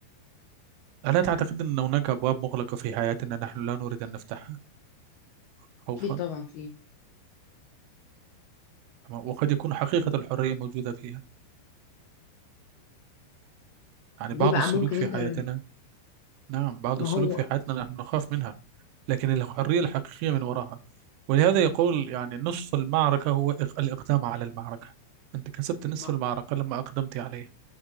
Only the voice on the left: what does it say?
اكيد طبعا في
دي
بقى
ممكن
انت
لما
ما
هو
ما